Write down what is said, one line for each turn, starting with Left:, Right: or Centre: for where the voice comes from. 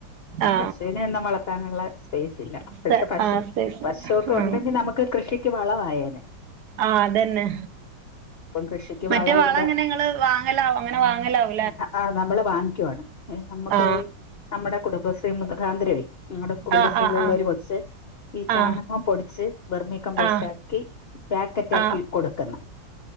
Right: ആ
Left: പശുവിനെ എന്നും വളർത്താനുള്ള സ്പേസില്ല
Right: സ്ഥ
Left: പക്ഷെ പശു
Right: ആ സ്പേസ്
Left: പശുക്കെണ്ടെങ്കി
Right: ആ
Left: നമക്ക് കൃഷിക്ക് വളവായേനെ
Right: ആ അതന്നെ
Left: കൃഷിക്ക്
Right: മറ്റേ
Left: വളമില്ല
Right: വളങ്ങനെങ്ങള് വാങ്ങലാവൊ അങ്ങനെ വാങ്ങലാവൊ
Left: ആ ആ നമ്മള് വാങ്ങിക്കുവാണ് എ നമക്കേയ്
Right: ആ
Left: നമ്മടെ കുടുംബശ്രീ മൃഖാന്തരെവ് നമ്മ്ടെ കുടുംബശ്രീള്ളൊരു
Right: ആ ആ ആ
Left: കൊച്ച് ഈ ചാണകം
Right: ആ
Left: പൊടിച്ച് ബെർമികമ്പോസ്റ്റാക്കി
Right: ആ
Left: പാക്കറ്റാക്കി
Right: ആ
Left: കൊടുക്ക്ന്ന്